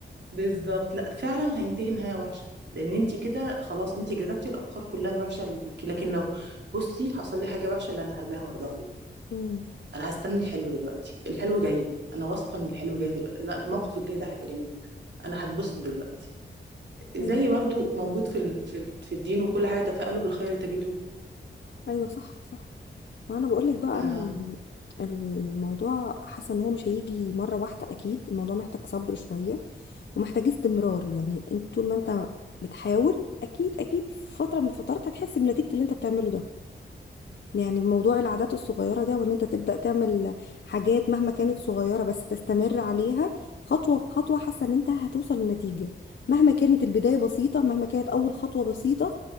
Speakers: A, on the right; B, on the left.
A: بالظبط لا فعلا هينتهي نهاية وحشة لأن انت كده خلاص انت جذبتي الأفكار كلها الوحشة اللي ليكي لكن لو بصي حصل لي حاجة وحشة اللي أنا هرميها ورا ظهري
B: امم
A: أنا هستنى الحلو دلوقتي الحلو جاي أنا واثقة إن الحلو جاي دلوقتي لا الموقف الجاي ده هيبقى جميل أنا هتبسط دلوقتي زي
B: ايوه
A: برضو موجود في ال... في ال- في الدين وكل حاجة تفاءلوا بالخير تجدوه
B: ايوه صح صح ما انا بقول لك بقى
A: آه.
B: انا ما الموضوع حاسه ان هو مش هيجي مره واحده اكيد الموضوع محتاج صبر شويه ومحتاجة استمرار يعني انت طول ما انت بتحاول اكيد اكيد في فترة من الفترات هتحس بنتيجة اللي انت بتعمله ده يعني موضوع العادات الصغيرة ده وان انت تبدأ تعمل حاجات مهما كانت صغيرة بس تستمر عليها خطوة بخطوة حاسة ان انت هتوصل لنتيجة مهما كانت البداية بسيطة مهما كانت اول خطوة بسيطة